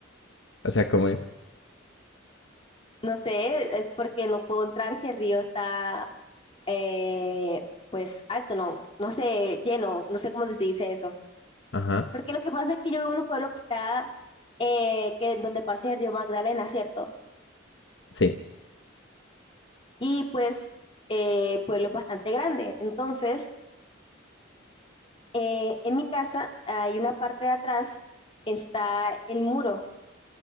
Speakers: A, on the left; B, on the left.
A: O sea, ¿cómo es?
B: no sé, es porque no puedo entrar si el río está eh, pues alto, no, no sé, lleno, no sé cómo se dice eso.
A: Ajá.
B: Porque lo que pasa es que yo vivo en un pueblo que está, eh, que donde pasa el río Magdalena, ¿cierto?
A: Sí,
B: Y pues, eh, pueblo bastante grande. Entonces, eh, en mi casa hay una parte de atrás, está el muro